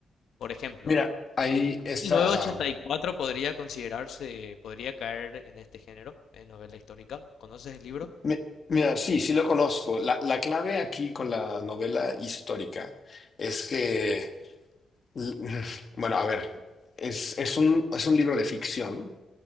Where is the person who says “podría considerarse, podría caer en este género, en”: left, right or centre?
Left